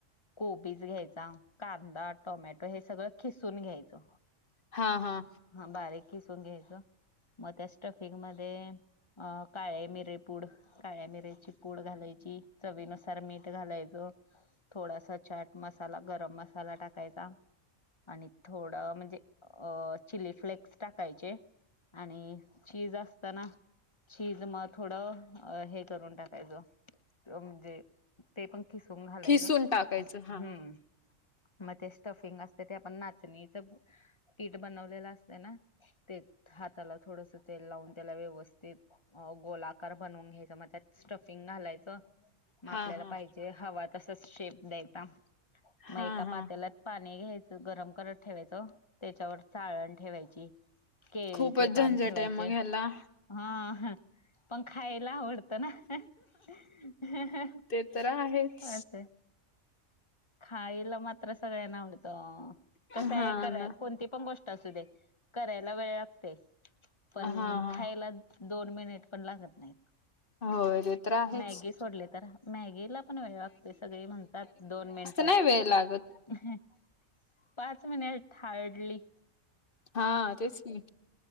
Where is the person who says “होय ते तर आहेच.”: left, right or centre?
Left